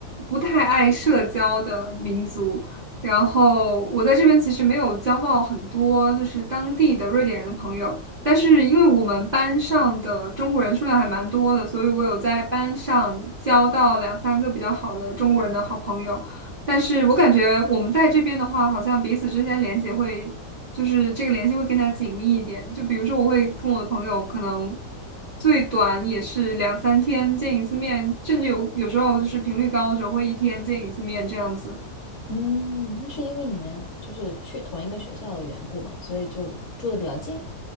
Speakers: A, on the right; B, on the left.
A: 不太爱社交的民族，然后我在这边其实没有交到很多就是当地的瑞典人的朋友，但是因为我们班上的中国人数量还蛮多的，所以我有在班上交到两三个比较好的中国人的好朋友，但是我感觉我们在这边的话，好像彼此之间连接会。就是这个联系会更加紧密一点。就比如说，我会跟我的朋友可能最短也是两三天见一次面，甚至有有时候就是频率高的时候会一天见一次面这样子。
B: 嗯，那是因为你们就是去同一个学校的缘故嘛，所以就住的比较近。